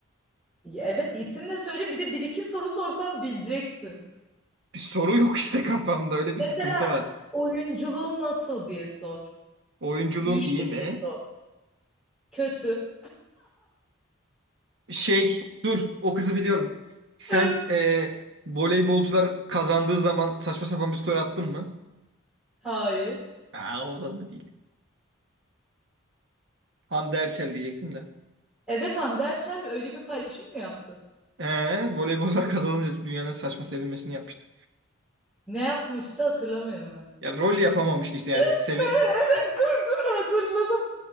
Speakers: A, in the centre; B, on the right.
A: Ya Evet isim de söyle bir de bir iki soru sorsam bileceksin.
B: Bir soru yok <laughs> işte kafamda. Öyle bir
A: Mesela
B: sıkıntı var.
A: oyunculuğun nasıl diye sor.
B: Oyunculuğun
A: İyi
B: iyi
A: mi
B: mi?
A: diye sor. Kötü.
B: Şey dur o kızı biliyorum. Sen
A: Ö.
B: e, voleybolcular kazandığı zaman saçma sapan bir story attın mı?
A: Hayır.
B: Aa, o da mı değil. Hande Erçel diyecektim de.
A: Evet Hande Erçel öyle bir paylaşım mı yaptı?
B: Ee, voleybolcular kazanınca dünyanın saçma sevinmesini yapmıştı.
A: Ne yapmıştı hatırlamıyorum ben.
B: Ya rol yapamamıştı işte yani.
A: Yes
B: Sevi
A: be! Evet dur dur hatırladım.